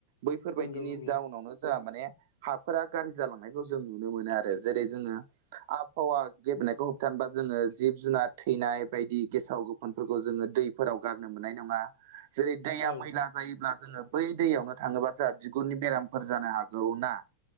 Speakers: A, on the right; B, on the left.
A: बैफोरबायदिनि
B: नंगौ नंगौ
A: जाउनावनो जोंहा माने हा फोर गाज्रि जालांनायखौ जों नुनो मोनो आरो जेरै जोङो आबहावा गेब्रेंनायखौ होबथानोबा जोङो जिब जुनार थैनाय बायदि गेसाव गोफोनफोरखौ जोङो दैफोराव गारनो मोननाय नङा। जेरै दैया
B: औ
A: मैला जायोब्ला जोङो बै दैयावनो थाङोबा जों बिगुरनि बेरामफोर जानो हागौ ना